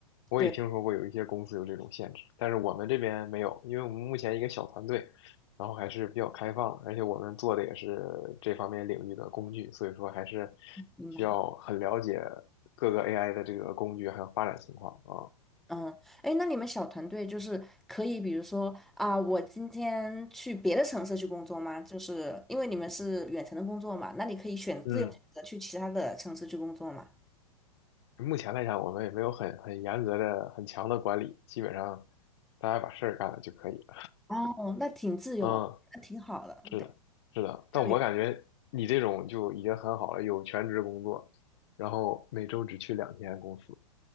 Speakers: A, on the left; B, in the centre.
A: 我也听说过有一些公司有这种限制，
B: 对，
A: 但是我们这边没有，因为我们目前一个小团队，然后还是比较开放，而且我们做的也是这方面领域的工具，所以说还是
B: 明白。
A: 需要很了解各个 AI 的这个工具还有发展情况啊。
B: 嗯，哎，那你们小团队就是可以，比如说啊、我今天去别的城市去工作吗？就是因为你们是远程的工作嘛，那你可以选自由选择去其他的城市去工作嘛？
A: 嗯，目前来讲，我们也没有很很严格的、很强的管理，基本上大家把事儿干了就可以了。
B: 哦，那挺自由，
A: 嗯，
B: 那挺好的。
A: 是的，是的。但我感觉你这种就已经很好了，
B: 对，
A: 有全职工作，然后每周只去两天公司。